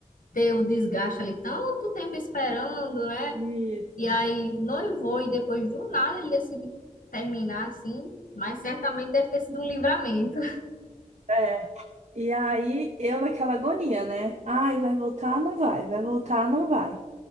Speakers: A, on the left; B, on the right.
A: Ter o desgaste ali tanto tempo esperando, né?
B: Isso.
A: E aí noivou e depois do nada ele decide terminar assim. Mas certamente deve ter sido um livramento.
B: É. E aí eu naquela agonia, né? Ai, vai voltar, não vai, vai voltar, não vai.